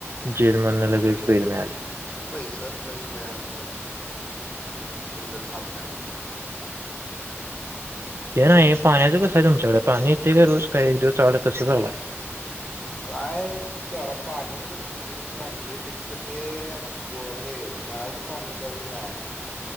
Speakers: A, on the right; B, on the left.
A: जेलमधन लगेच बेल मिळाली
B: पैसा असला की काय आता आजकाल केव्हा काय सुटेल सांगता येत नाय
A: ते नाही पाण्याचं कसं आहे तुमच्याकडं पाणी येतंय का रोज काही <inaudible> कसं चालु हाय
B: काय चरा पाण्याचं कस झालंय आमच्या इथं एकतर ते बोहे नळाचं पाणी इथं अजून नाय